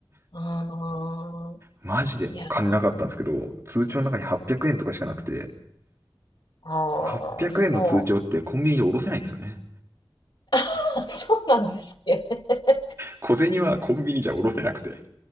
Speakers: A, on the left (about 55°); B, on the right (about 30°).
A: ああ、
B: マジで金なかったんですけど、
A: いやー、
B: 通帳の中に800円とかしかなくて、
A: ああ、
B: 800円の通帳ってコンビニでおろせないんですよね。
A: でも、<laughs> そうなんですっけ。<laughs>
B: 小銭はコンビニじゃおろせなくて。